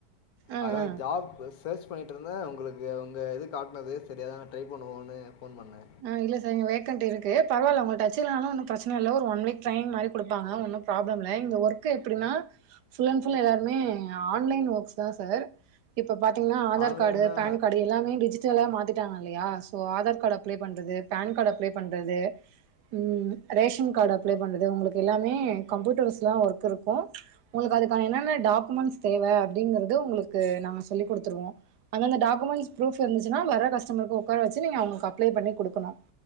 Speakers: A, on the right; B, on the left.
A: ஆ
B: அதா
A: ஆ
B: ஜாப்ஸ் சர்ச் பண்ணிட்டுருந்தே உங்களுக்கு உங்க இது காட்டினது சேரி அதா நா ட்ரை பண்ணுவோம்ன்னு ஃபோன் பண்ணே
A: ஆ இல்ல சார் இங்க வேக்கண்ட் இருக்கு பரவாயில்ல உங்களுக்கு டச்சு இல்லனாலு ஒன்னும் பிரச்சனை இல்லை ஒரு ஒன் வீக் ட்ரைனிங் மாதிரி குடுப்பாங்க ஒன்னு ப்ராப்ளம் இல்ல இந்த ஒர்க் எப்டின்னா ஃபுல் அண்ட் ஃபுல் எல்லாருமே ஆன்லைன் ஒர்க்ஸ் தா சார் இப்ப பாத்தீங்கன்னா ஆதார்
B: ஆன்லைன்னா
A: கார்டு பேன் கார்டு எல்லாமே டிஜிட்டலா மாத்திட்டாங்க இல்லையா சோ ஆதார் கார்ட அப்ளை பண்றது பேன் கார்டு அப்ளை பண்றது ம் ரேஷன் கார்டு அப்ளை பண்ணுறது உங்களுக்கு எல்லாமே கம்ப்யூட்டர்ஸ்லா ஒர்க் இருக்கு உங்களுக்கு அதுக்கான என்னென்ன டாக்குமெண்ட்ஸ் தேவை அப்படிங்கறது உங்களுக்கு நாங்க சொல்லி் குடுத்துருவோ அந்த அந்த டாக்குமெண்டஸ் ப்ரூஃப் இருந்துச்சுன்னா வர கஸ்டமருக்கு உக்கார வச்ச நீங்க அவுங்க ப்ளே பண்ணி குடுக்கணு